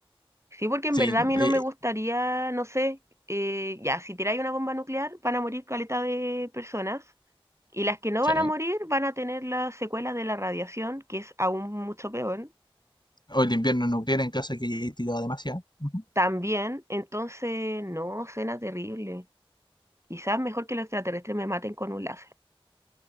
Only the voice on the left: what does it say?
Sí,
eh,
sí.
O el invierno nuclear en caso de que haya tirado demasiado. Ujú.